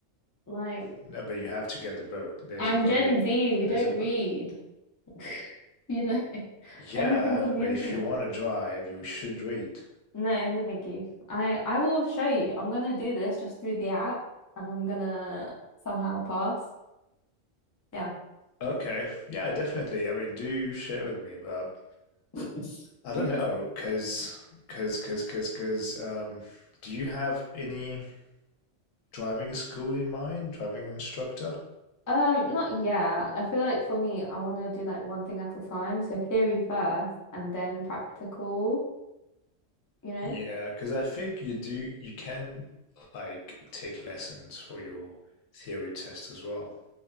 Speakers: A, on the left; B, on the left.
A: Like
B: No, but you have to get the book. There's
A: I'm
B: a very
A: Gen Z. We
B: there's
A: don't
B: a book.
A: read. <laughs> You know,
B: Yeah,
A: everything's on the
B: but
A: internet.
B: if you want to drive, you should read.
A: No, no, thank you. I I will show you. I'm gonna do this just through the app, and I'm gonna somehow pass. Yeah.
B: Okay. Yeah, definitely. I mean, do share with me, but
A: <laughs>
B: I don't know, cause, cause, cause, cause, cause. Um, do you have any driving school in mind? Driving instructor?
A: Um, not yeah. I feel like for me, I want to do like one thing at a time. So theory first, and then practical. You know.
B: Yeah, because I think you do. You can like take lessons for your theory test as well.